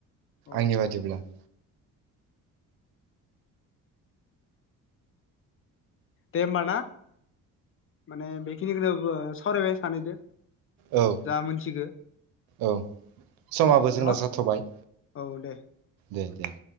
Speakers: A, on the left; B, on the right.
A: औ
B: आंनि बादिब्ला
A: दे होमब ना माने बेखिनिखौनो सावरायबाय सानैदो।
B: औ
A: जा मोनथिगो
B: औ समाबो
A: औ दे
B: जोंना
A: न'
B: जाथ'बाय
A: औ दे
B: दे दे